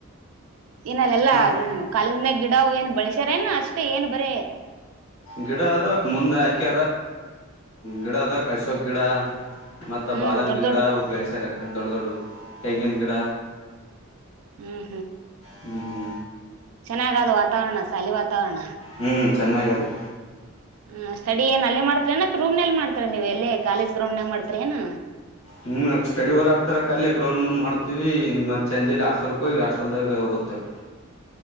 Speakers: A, on the right; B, on the left.
A: ಏನಲ್ಲೆಲ್ಲಾ
B: ಮತ್
A: ನಿಮ್ ಕಾಲೇಜಿಂದ ಗಿಡ ಏನ್ ಬಳಸ್ಯಾರೇನ ಅಷ್ಟೇ ಏನ್ ಬರ
B: ಗಿಡಾ ಅದ ಮುಂದ್ರ ಆಯಕ ಗಿಡಾ ಅದ ಕಶಕ್ ಗಿಡಾ ಮತ್ತ
A: ಹ್ಮ್
B: ಬಾದಾಮಿ
A: ದೊಡ್ಡ
B: ಗಿಡ
A: ದೊಡ್ಡ
B: ಬೆಳಸ್ಯಾರ ದೊಡ್ಡ ದೊಡ್ಡ ತೆಂಗಿನ್ ಗಿಡ
A: ಹ್ಮ್
B: ಹು ಹು
A: ಚೆನ್ನಾಗದು ವಾತಾವರಣ ಸಾಲಿ ವಾತಾವರಣ
B: ಹ್ಮ್ ಚೆನ್ನಾಗದೆ
A: ಹ ಸ್ಟಡಿ ಏನ್ ಅಲ್ಲ ಮಾಡ್ತಾರಏನು ಅತ್ ರುಮ್ನಲ್ಲಿ ಮಾಡ್ತಿರ ನೀವು ಎಲ್ಲಿ ಕಾಲೇಜ್ ಗ್ರೌಂಡ್ನಾಗ ಮಾಡ್ತಿರ ಏನು
B: ಹ್ಮ ಸ್ಟಡಿ ವರ್ ಆಗ್ತಾರಕಅಲ್ಲೆ ಗ್ರೌಂಡ್ ಮುಂದ್ ಮಾಡ್ತಿವಿ ಮತ್ತ ಚಂಜಲಿ ಹಾಸ್ಟುಕೊಗಿ ಹಾಷ್ಟಲ್ದಾಗ ಓದ್ತೆವಕ್ಕ